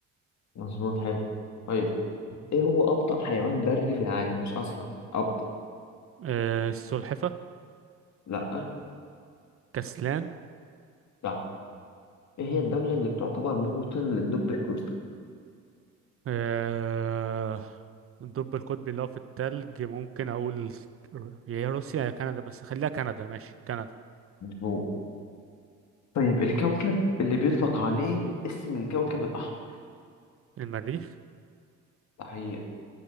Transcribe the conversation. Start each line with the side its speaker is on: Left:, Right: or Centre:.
Left: مظبوط حلو طيب ايه هو أبطأ حيوان بري في العالم مش أسرع أبطأ
Right: آه، السلحفة
Left: لأ
Right: كسلان
Left: صح ايه هي الدولة اللي بتعتبر موطن للدب الكردي
Right: آه، الدب القطبي اللي هو في التلج ممكن أقول يا هي روسيا يا كندا بس خليها كندا ماشي كندا
Left: مظبوط طيب الكوكب اللي بيطلق عليه اسم الكوكب الأحمر
Right: المريخ
Left: صحيح